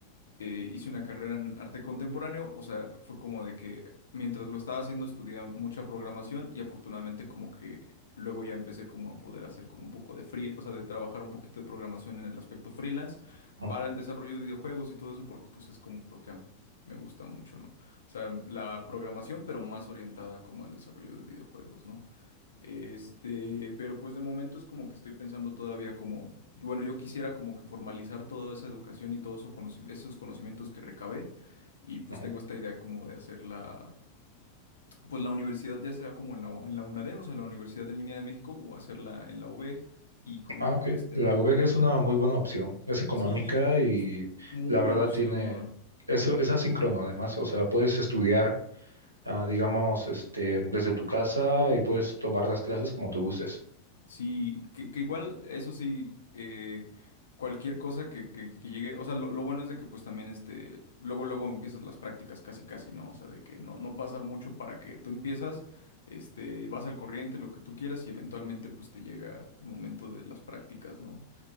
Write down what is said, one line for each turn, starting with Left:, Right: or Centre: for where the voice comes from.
Left: eh, hice una carrera en arte contemporáneo, o sea, fue como de que mientras lo estaba haciendo estudié mucha programación y afortunadamente como que luego ya empecé como a poder hacer como un poco de free, o sea, de trabajar un poquito de programación en el aspecto freelance
Right: Ujú,
Left: para el desarrollo de videojuegos y todo eso, porque pues es como lo que a mí me gusta mucho, ¿no? O sea, la programación, pero más orientada como al desarrollo de videojuegos, ¿no? Este, pero pues de momento es como que estoy pensando todavía como, bueno, yo quisiera como que formalizar toda esa educación y todos eso conoci- esos conocimientos que recabé y pues
Right: ujú.
Left: tengo esta idea como de hacer la, pues la universidad ya sea como en la, en la UNADEM, o sea, la Universidad en Línea de México o hacerla en la UVEG y como
Right: Ah, ok.
Left: pues tener
Right: La VG
Left: como,
Right: es una muy buena opción. Es económica
Left: sí,
Right: y
Left: es muy
Right: la verdad
Left: buena opción.
Right: tiene... Eso es asíncrono además. O sea, puedes estudiar, ah, digamos, este, desde tu casa y puedes tomar las clases como tú gustes.
Left: Sí, que, que igual, eso sí, eh, cualquier cosa que, que- que llegue, o sea, lo, lo bueno es de que pues también este, luego, luego empiezas las prácticas casi, casi, ¿no? O sea, de que no, no pasa mucho para que tú empiezas, este, vas al corriente, lo que tú quieras y eventualmente pues te llega el momento de las prácticas, ¿no?